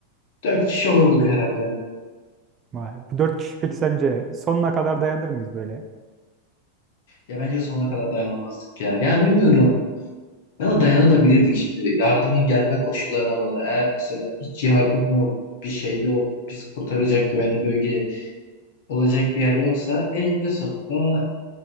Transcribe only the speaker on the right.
Vay, bu dört kişi peki sence sonuna kadar dayanır mıyız böyle?